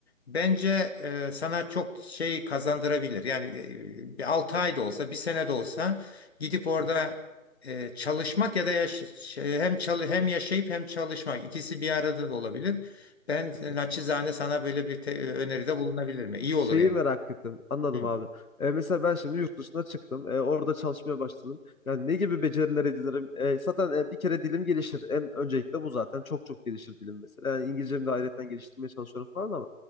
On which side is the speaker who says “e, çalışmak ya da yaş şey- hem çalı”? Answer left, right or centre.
Left